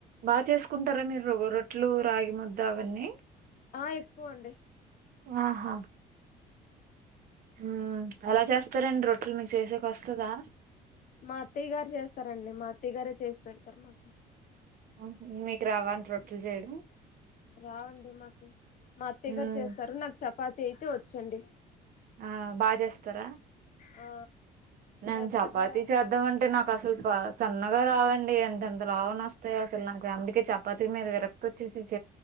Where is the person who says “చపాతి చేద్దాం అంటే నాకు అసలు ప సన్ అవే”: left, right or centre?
Right